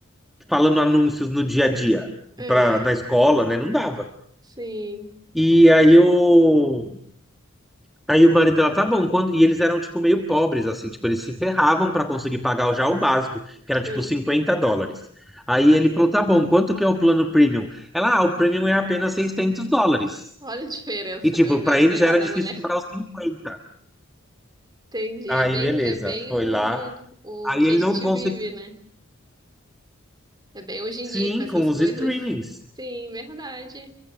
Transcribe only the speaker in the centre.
falando anúncios no dia a dia?
Pra, na escola, né? Não dava.
E aí o, Aí o marido dela, tá bom, quando... e eles eram, tipo, meio pobres, assim, tipo, eles se ferravam para conseguir pagar já o básico, que era, tipo,
50 dólares. Aí ele falou, tá bom, quanto que é o plano premium? Ela, ah, o premium é apenas 600 dólares.
E, tipo,
para ele
já era
difícil
pagar os 50.
Aí,
beleza,
foi
lá.
Aí
ele
não conseguiu,
sim,
com os
streamings.